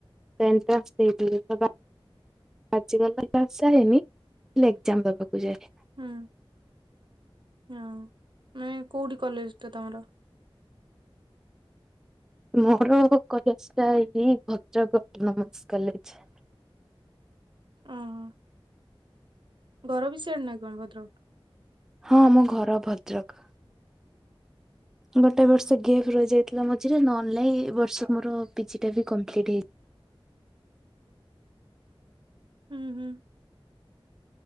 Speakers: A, in the centre; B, on the right (about 55°).
A: <unintelligible> ଆଜ କାଲି <unintelligible> ହେଇନି ହେଲେ ଏକ୍ଜାମ ଦବାକୁ ଯାଏ।
B: ହୁଁ, ହଁ ମାନେ କୋଉଠି କଲେଜଟା ତମର?
A: ମୋର କଲେଜଟା ହେଇଟି ଭଦ୍ରକ ଅଟୋନାମାମ୍ସ କଲେଜ।
B: ଅହଁ, ବର ବି ସେଆଡ଼େ ନା କଣ ଭଦ୍ରକ?
A: ହଁ ଆମ ଘର ଭଦ୍ରକ। ଗୋଟେ ବର୍ଷ ଗେପ୍ ରହିଯାଇଥିଲା ମଝିରେ ନହେଲେ ନାଇ ଏ ବର୍ଷ ମୋର ପିଜିଟା ବି କମ୍ପ୍ଲିଟ ହେଇ
B: ହୁଁ, ହୁଁ।